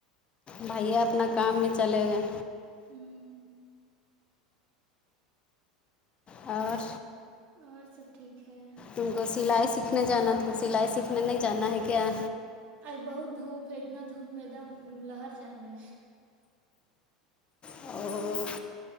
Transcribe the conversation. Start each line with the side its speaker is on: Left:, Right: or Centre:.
Left: بھیا اپنا کام بھی چلے گئے
Right: ہوں
Left: اور
Right: اور سب ٹھیک ہے
Left: ان کو سلائی سیکھنے جانا تھا سلائی سیکھنے نہیں جانا ہے کیا
Right: آج بہت دھوپ ہے اتنا دھوپ میدم لہر جائیں گے
Left: اور